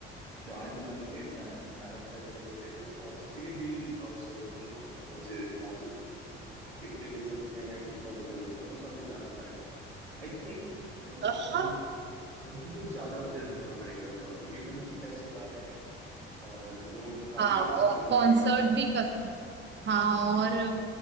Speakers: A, on the right (about 85°); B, on the right (about 35°).
A: चार्ट बना लेते हैं बैनर डिसाइड कर लेते हैं फिर स्पॉन्सर्स के लिए will search for the sponsors कितने मिल सकते हैं कितना बजट होगा उस हिसाब से प्लान हो पाएगा आई थिंक
B: अ,
A: वी
B: हाँ
A: हैव अपन को कुछ ज्यादा बजट रखना पड़ेगा इस बार क्योंकि अपन फेस्ट करा रहे हैं और लोग काफी
B: हाँ
A: अच्छे
B: और
A: से लोग आएंगे
B: कॉन्सर्ट भी कर हाँ और